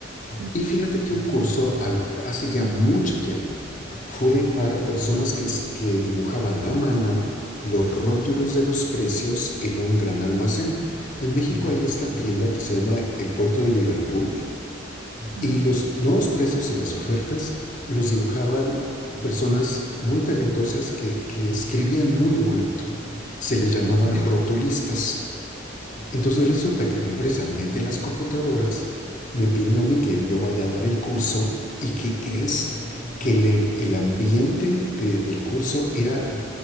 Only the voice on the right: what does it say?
Mm,
mm,
mm,